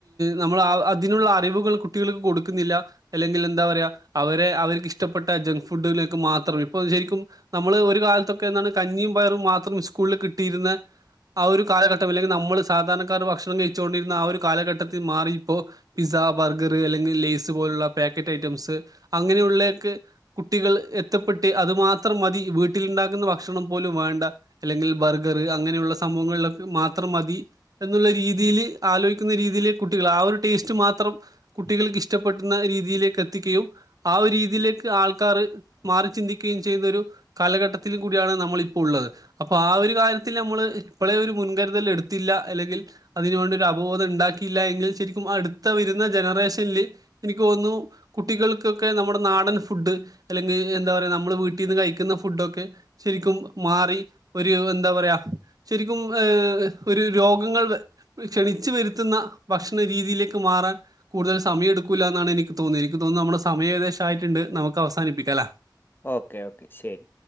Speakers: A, on the right (about 55°); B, on the left (about 30°).
A: നമ്മൾ അതിനുള്ള അറിവുകൾ കുട്ടികൾക്ക് കൊടുക്കുന്നില്ല അല്ലെങ്കിൽ എന്താ പറയാ അവരെ അവർക്ക് ഇഷ്ടപ്പെട്ട ജങ്ക് ഫുഡുകളൊക്കെ മാത്രം ഇപ്പൊ ശരിക്കും നമ്മള് ഒരു കാലത്തൊക്കെ എന്താണ് കഞ്ഞിയും പയറും മാത്രം സ്കൂളിൽ കിട്ടിയിരുന്ന ആ ഒരു കാലഘട്ടം അല്ലെങ്കിൽ നമ്മള് സാധാരണക്കാർ ഭക്ഷണം കഴിച്ചുകൊണ്ടിരുന്ന ആ ഒരു കാലഘട്ടത്തിൽ മാറി ഇപ്പോൾ പിസ്സ ബർഗർ അല്ലെങ്കിൽ ലേസ് പോലുള്ള പാക്കറ്റ് ഐറ്റംസ് അങ്ങനെയുള്ളൊക്കെ കുട്ടികൾ എത്തപ്പെട്ട് അത് മാത്രം മതി വീട്ട്ല് ഇണ്ടാക്കുന്ന ഭക്ഷണം പോലും വേണ്ട അല്ലെങ്കിൽ ബർഗർ അങ്ങനെയുള്ള സംഭവങ്ങൾ ലൊക്കെ മാത്രം മതി എന്നുള്ള രീതിയില് ആലോയിക്കുന്ന രീതിയില് കുട്ടികൾ ആ ഒരു ടേസ്റ്റ് മാത്രം കുട്ടികൾക്ക് ഇഷ്ടപ്പെടുന്ന രീതിയിലേക്ക് എത്തിക്കുകയും ആ ഒരു രീതിയിലേക്ക് ആൾ ആൾക്കാർ മാറി ചിന്തിക്കുകയും ചെയ്യുന്ന ഒരു കാലഘട്ടത്തിലും കൂടിയാണ് നമ്മള് ഇപ്പോൾ ഉള്ളത് അപ്പൊ ആ ഒരു കാര്യത്തിൽ നമ്മള് ഇപ്പോളേ ഒരു മുൻകരുതൽ എടുത്തില്ല അല്ലെങ്കിൽ അതിന് വേണ്ടി ഒരു അവബോധം ഉണ്ടാക്കിയില്ല എങ്കിൽ ശരിക്കും അടുത്ത വരുന്ന ജനറേഷനിൽ എനിക്ക് തോന്നുന്നു കുട്ടികൾക്കൊക്കെ നമ്മുടെ നാടൻ ഫുഡ് അല്ലെങ്കി എന്താ പറയാ നമ്മള് വീട്ടിന്ന് കഴിക്കുന്ന ഫുഡൊക്കെ ശരിക്കും മാറി ഒരു എന്താ പറയാ ശരിക്കും ഏ ഒരു രോഗങ്ങൾ ക്ഷണിച്ചു വരുത്തുന്ന ഭക്ഷണ രീതിയിലേക്ക് മാറാൻ കൂടുതൽ സമയം എടുക്കൂല്ല എന്നാണ് എനിക്ക് തോന്നിയ എനിക്ക് തോന്ന് ന്ന നമ്മുടെ സമയം ഏകദേശം ആയിട്ടുണ്ട്. നമുക്ക് അവസ സാനിപ്പിക്കലേ
B: ഓക്കേ ഓക്കേ ശരി